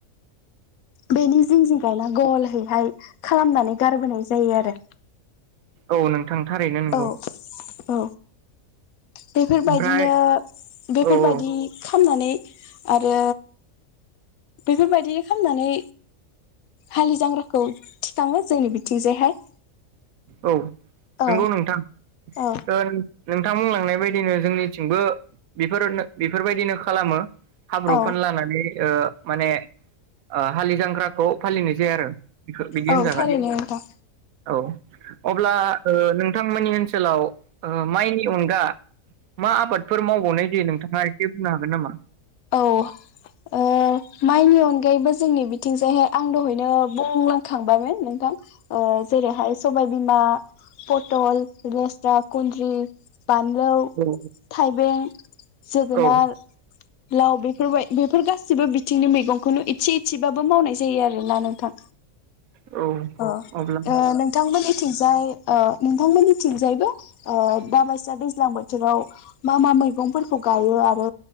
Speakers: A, on the left; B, on the right.
A: बेनि जिं जिं गायना गलैहाय खालामनानै गारबोनाय जायो आरो।
B: औ नोंथां थारैनो नोंगौ।
A: औ औ। बेफोरबायदिनो
B: ओमफ्राय
A: बेफोरबायदि
B: औ औ
A: खामनानै आरो बेफोरबायदि खामनानै हालि जांग्राखौ थिखाङो जोंनि बिथिंजायहाय।
B: औ।
A: औ
B: नोंगौ नोंथां।
A: औ
B: ओ नोंथां बुंलां लांनाय बायदिनो जोंनिथिंबो बेफोर-बेफोरबायदिनो खालामो। हाब्रु
A: औ
B: फोनलानानै ओ माने ओ हालि जांख्रा खौ फालिनाय जाया आरो बेखो बिदि होनजागोन
A: औ थारैनो नोंथां
B: औ। अब्ला ओ नों नोंथांमोननि ओनसोलाव माइनि अनगा मा आबाद फोर मावबावनाय जायो नोंथाङा एसे बुंनो हागोन नामा?
A: औ ओ माइनि अनगायैबो जोंनि बिथिंजायहाय आं दहायनो बुंलांखांबायोन नोंथां। जेरैहाय सबाय बिमा, पटल, लेस्रा, खुन्द्रि बानलौ
B: औ
A: थायबें, जोगोनार,
B: औ
A: लाव बेफोर बेफोर गासैबो बिथिंनि मैगंखौनो इसे इसेबाबो मावनाय जायो आरो ना नोंथां।
B: औ
A: अ,
B: अब्ला
A: ओ नोंथांमोनथिंजाय ओ नोंथांमोननिथिंजायबो ओ दाबायसा दैज्लां बोथोराव मा मा मैगंफोरखौ गायो आरो